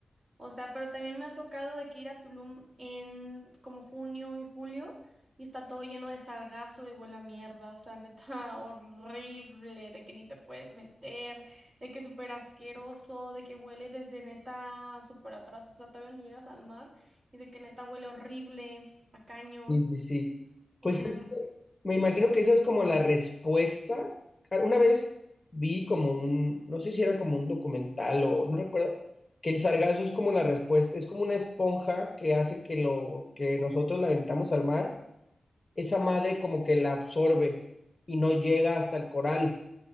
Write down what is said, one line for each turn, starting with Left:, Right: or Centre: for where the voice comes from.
Right: O sea, pero también me ha tocado de que ir a Tulum en como junio y julio y está todo lleno de sargazo y huele a mierda. O sea, neta, <laughs> horrible, de que ni te puedes meter, de que es súper asqueroso, de que huele desde neta súper atrás. O sea, todavía ni llegas al mar y de que neta huele horrible a caño.
Left: Sí, sí, sí.
Right: Em,
Left: Pues es que me imagino que esa es como la respuesta. Ah, Una vez vi como un, no sé si era como un documental o no recuerdo, que el sargazo es como la respuesta, es como una esponja que hace que lo que nosotros la aventamos al mar, esa madre como que la absorbe y no llega hasta el coral,